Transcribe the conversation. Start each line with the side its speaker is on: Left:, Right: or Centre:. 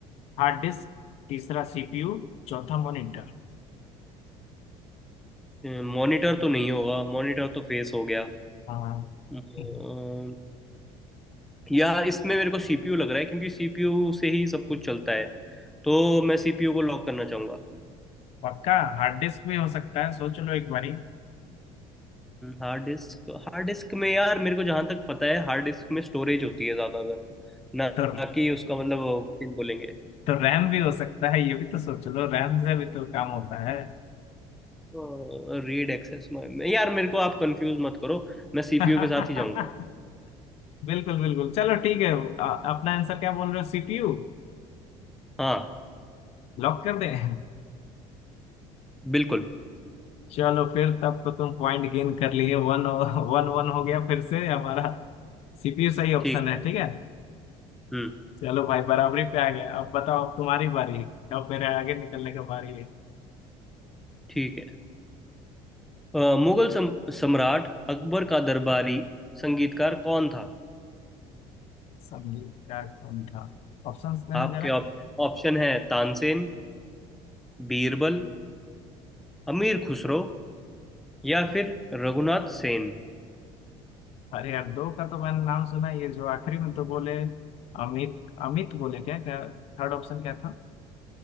Left: हार्ड डिस्क तीसरा सीपीयू चौथा मॉनिटर
Centre: मॉनिटर तो नहीं होगा मॉनिटर तो फेस हो गया
Left: हाँ हाँ,
Centre: अम्म,
Left: हाँ, हाँ।
Centre: यार इसमें मेरे को सीपीयू लग रहा है क्योंकि सीपीयू से ही सब कुछ चलता है तो मैं सीपीयू को लॉक करना चाहूंगा
Left: पक्का हार्ड डिस्क भी हो सकता है सोच लो एक बारी
Centre: हार्ड डिस्क हार्ड डिस्क में यार मेरे को जहां तक पता है हार्ड डिस्क में स्टोरेज होती है ज्यादातर ना
Left: तो
Centre: ना कि उसका मतलब वो बोलेंगे
Left: तो रैम भी हो सकता है ये भी तो सोच लो रैम से भी तो काम होता है
Centre: रीड एक्सेस में यार मेरे को आप कंफ्यूज मत करो मैं सीपीयू
Left: <laughs>
Centre: के साथ ही जाऊंगा
Left: बिल्कुल बिल्कुल चलो ठीक है आ, अपना आंसर क्या बोल रहे हो सीपीयू
Centre: हाँ
Left: लॉक कर दें
Centre: बिल्कुल
Left: चलो फिर तब तो तुम पॉइंट गेन कर लिए वन वन वन हो गया फिर से हमारा सीपीयू सही ऑप्शन
Centre: ठीक
Left: है
Centre: है
Left: ठीक है
Centre: हम्म
Left: चलो भाई बराबरी पे आ गया अब बताओ अब तुम्हारी बारी अब मेरे आगे निकलने का बारी है
Centre: ठीक है अ, मुगल सम, सम्राट अकबर का दरबारी संगीतकार कौन था
Left: संगीतकार कौन था ऑप्शंस देना
Centre: आपके
Left: जरा
Centre: ऑप, ऑप्शन है तानसेन बीरबल अमीर खुसरो या फिर रघुनाथ सेन
Left: अरे यार दो का तो मैंने नाम सुना ये जो आखिरी में तो बोले अमित अमित बोले क्या क्या थर्ड ऑप्शन क्या था